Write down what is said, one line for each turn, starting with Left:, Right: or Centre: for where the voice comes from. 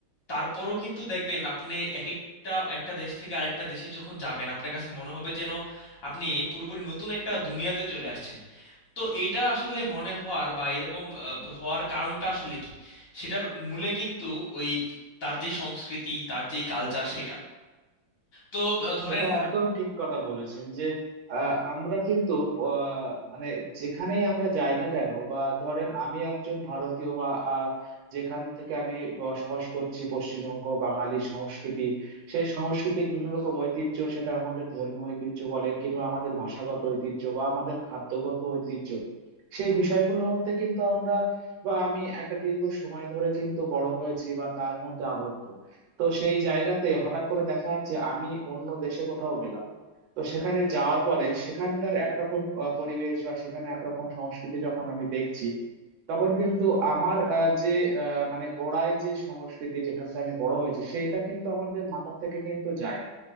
Left: তারপরেও কিন্তু দেখবেন আপনি এক একটা একটা দেশ থেকে আরেকটা দেশে যখন যাবেন আপনার কাছে মনে হবে যেন আপনি পুরোপুরি নতুন একটা দুনিয়াতে চলে আসছেন তো এইটা আসলে মনে হওয়ার বা এরকম আহ, হওয়ার কারণটা আসলে কি সেটার মূলে কিন্তু ওই তার যে সংস্কৃতি তার যে কালচার সেটা তো আহ, ধরেন
Right: এটা একদম ঠিক কথা বলেছেন যে আহ, আমরা কিন্তু আহ, মানে যেখানেই আমরা যাই না কেন বা ধরেন আমি একজন ভারতীয় বা আহ, যেখান থেকে আমি বসবাস করছি পশ্চিমবঙ্গ বাঙালি সংস্কৃতি সেই সংস্কৃতির বিভিন্ন রকম ঐতিহ্য সেটা আমাদের ধর্মীয় ঐতিহ্য বলেন কিংবা আমাদের ভাষাগত ঐতিহ্য বা আমাদের খাদ্যগত ঐতিহ্য সেই বিষয়গুলোতে কিন্তু আমরা বা আমি একটা দীর্ঘ সময় ধরে কিন্তু বড় হয়েছি বা তার মধ্যে আবদ্ধ তো সেই জায়গাতে হঠাৎ করে দেখা যাচ্ছে আমি অন্য দেশে কোথাও গেলাম তো সেখানে যাওয়ার পরে সেখানকার একরকম আহ, পরিবেশ বা সেখানে একরকম সংস্কৃতি যখন আমি দেখছি তখন কিন্তু আমার আহ, যে আহ, মানে গোড়ায় যে সংস্কৃতি যেখানটা আমি বড় হয়েছি সেইটা কিন্তু আমাদের মাথার থেকে কিন্তু যায় না